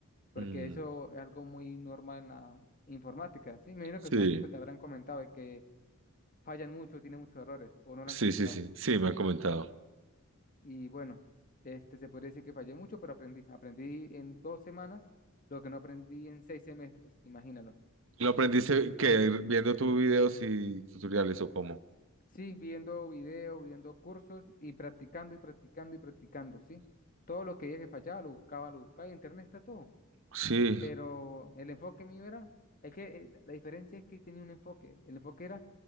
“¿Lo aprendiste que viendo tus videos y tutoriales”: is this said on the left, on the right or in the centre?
Right